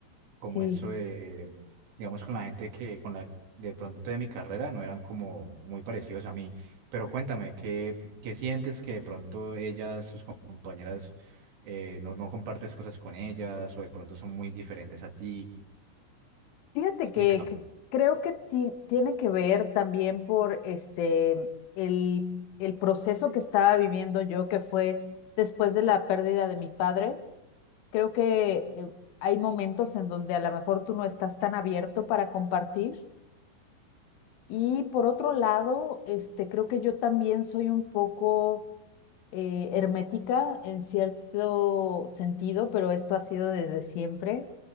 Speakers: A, on the left; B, on the right.
A: Sí.
B: como eso de, digamos, con la gente que, con la, de pronto de mi carrera, no eran como muy parecidos a mí. Pero cuéntame, ¿qué, qué sientes que de pronto ellas, tus compañeras, eh, no, no compartes cosas con ellas o de pronto son muy diferentes a ti?
A: Fíjate
B: Explícame.
A: que, que creo que ti- tiene que ver también por este el, el proceso que estaba viviendo yo, que fue después de la pérdida de mi padre. Creo que eh, hay momentos en donde a lo mejor tú no estás tan abierto para compartir Y por otro lado, este, creo que yo también soy un poco eh, hermética en cierto sentido, pero esto ha sido desde siempre.